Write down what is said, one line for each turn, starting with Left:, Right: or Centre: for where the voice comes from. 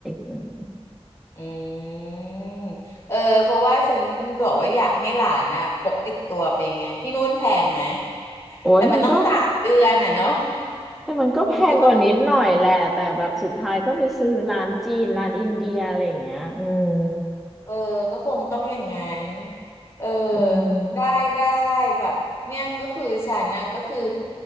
Centre: อืม
Left: อืมเออ เพราะว่าฉันบอกว่าอยากให้หลานนะพกติดตัวไปไงที่นู่นแพงไหม
Centre: โอ้ยมันก็
Left: แต่มันต้องสามเดือนอ่ะเนาะ
Centre: แต่มันก็แพงกว่านิดหน่อยแหละ
Left: เอืมก็
Centre: แต่แบบสุดท้ายก็ไปซื้อร้านจีน ร้านอินเดียอะไรอย่างเงี้ยอืม
Left: เออก็คงต้องอย่างงั้นเออ
Centre: อืม
Left: ได้ได้แบบเนี่ยก็คือฉันนะก็คือ